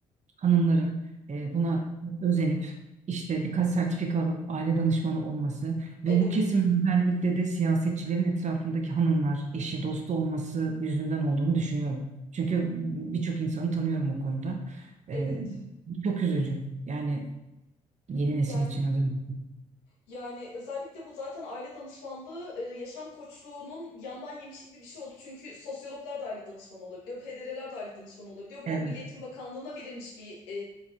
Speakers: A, on the right; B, on the left.
A: hanımların e, buna özenip işte birkaç sertifika alıp aile danışmanı olması ve
B: evet,
A: bu kesimin özellikle de siyasetçilerin etrafındaki hanımlar, eşi, dostu olması yüzünden olduğunu düşünüyorum. Çünkü birçok insanı tanıyorum o konuda. E,
B: evet.
A: çok üzücü. Yani yeni nesil
B: Yani
A: için özellikle.
B: Yani özellikle bu zaten aile danışmanlığı e, yaşam koçluğunun yandan yemişi gibi bir şey oldu. Çünkü sosyologlar da aile danışmanı olabiliyor, PDR'ler de aile danışmanı olabiliyor. Bu
A: Evet.
B: Milliyetin Bakanlığı'na verilmiş bir e,